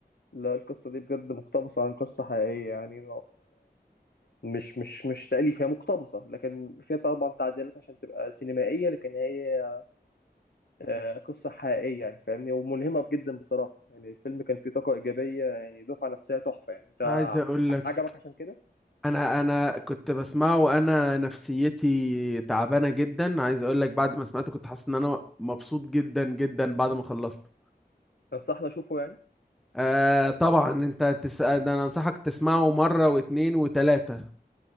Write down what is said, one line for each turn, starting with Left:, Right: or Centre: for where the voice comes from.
Left: لا القصه دي بجد مقتبسه عن قصه حقيقيه يعني ومش مش مش تأليف هي مقتبسه لكن فيها طبعا تعديلات عشان تبقى سينمائيه لكن هي آه، قصه حقيقيه يعني فاهمني وملهمه جدا بصراحه يعني الفيلم كان فيه طاقه ايجابيه يعني دفعه نفسيه تحفه يعني انت
Centre: عايز اقول لك
Left: عجبك عشان كده
Centre: انا انا كنت بسمعه وانا نفسيتي تعبانه جدا عايز اقول لك بعد ما سمعته كنت حاسس ان انا مبسوط جدا جدا بعد ما خلصت
Left: تنصحني اشوفه يعني
Centre: آه طبعا انت تسأل ده انا انصحك تسمعه مرة واتنين وتلاتة